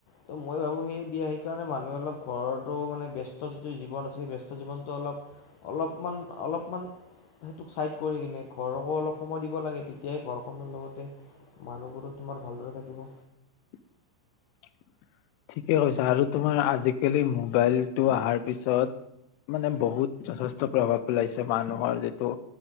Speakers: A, on the left; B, on the left.
A: তৌ মই ভাবো সেইয়ে দিয়া সেইকাৰণে মানুহে অলপ ঘৰৰতো মানে ব্যস্ত যিটো জীৱন আছে সেই ব্যস্ত জীৱনটো অলপ অলপমান - অলপমান, সেইটোক চাইড কৰি কিনে ঘৰক অলপ সময় দিব লাগে তেতিয়াহে ঘৰখনৰ লগতে মানুহবোৰো তোমাৰ ভালদৰে থাকিব।
B: <unintelligible> ঠিকে কৈছা আৰু তোমাৰ আজিকালি মোবাইলটো আহাৰ পিছত মানে বহুত যথেষ্ট প্ৰভাৱ পেলাইছে মানুহৰ যিটো,